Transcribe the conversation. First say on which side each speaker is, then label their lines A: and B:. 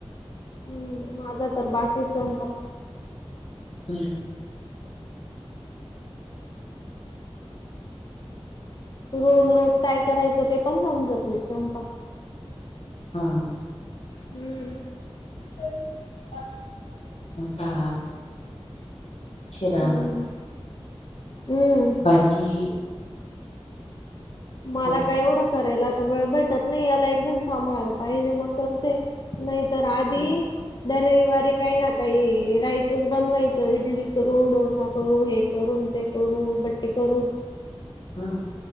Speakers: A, on the left; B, on the left.
A: हम् माझा तर बाकी स्वयंपाक
B: हम्म
A: रोज रोज काय करायचं ते पण समजतले स्वयंपाक
B: हा
A: हम्म
B: हो का शिरा
A: हम्म हम्म
B: बाजी
A: मला
B: असं
A: काय एवढं करायला आता वेळ भेटत नाही याला एकदण सांभाळायला पाहिजे मग करते नाही तरर आधी
B: हा
A: दरविवारी काही ना काही राहायचंच बनवायचं इडली करू डोसा करू हे करून ते करू बट्टे करू
B: हम्